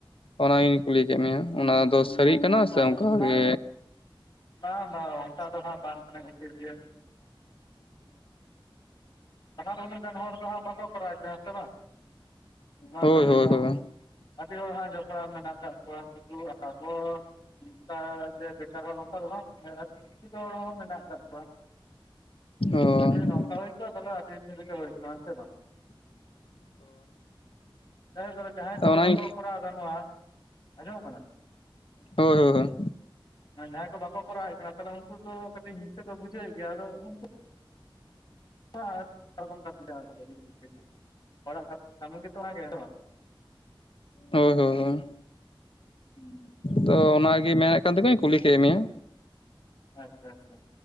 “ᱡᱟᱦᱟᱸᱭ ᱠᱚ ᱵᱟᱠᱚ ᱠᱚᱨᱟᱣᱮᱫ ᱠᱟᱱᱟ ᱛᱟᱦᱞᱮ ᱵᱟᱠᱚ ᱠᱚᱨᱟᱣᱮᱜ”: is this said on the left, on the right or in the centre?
Left